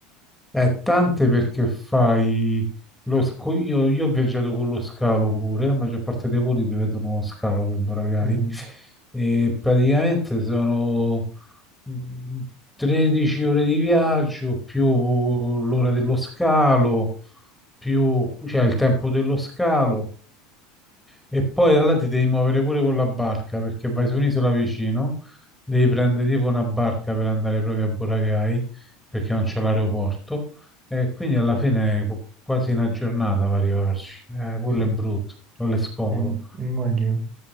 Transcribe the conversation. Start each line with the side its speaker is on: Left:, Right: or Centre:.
Centre: Eh, tante perché fai lo sco- io, io ho viaggiato con lo scalo pure, la maggior parte dei voli prevedono lo scalo per Boracay
Right: Mhm.
Centre: e praticamente sono mh, 13 ore di viaggio più l'ora dello scalo, più cioè il tempo dello scalo. E poi da là ti devi muovere pure con la barca perché vai su un'isola vicino, devi prendere tipo una barca per andare proprio a Boracay perché non c'è l'aeroporto e quindi alla fine qu- quasi una giornata per arrivarci. Eh, quello
Right: Mhm.
Centre: è brutto, quello è scomodo.
Right: Ehm, Immagino.